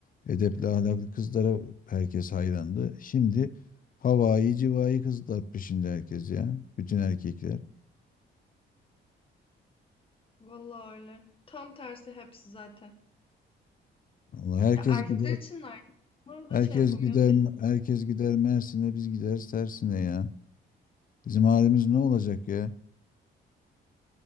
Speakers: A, on the left; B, on the left.
A: edepli ahlaklı kızlara herkes hayrandı. Şimdi havai civai kızlar peşinde herkes ya. Bütün erkekler.
B: Vallahi öyle. Tam tersi hepsi zaten.
A: Allah herkes
B: Ya erkekler
A: gider.
B: için de aynı. Bunu
A: Herkes
B: da şey yapamıyoruz
A: gider.
B: değil.
A: Herkes gider Mersin'e biz gideriz tersine ya. Bizim halimiz ne olacak ya?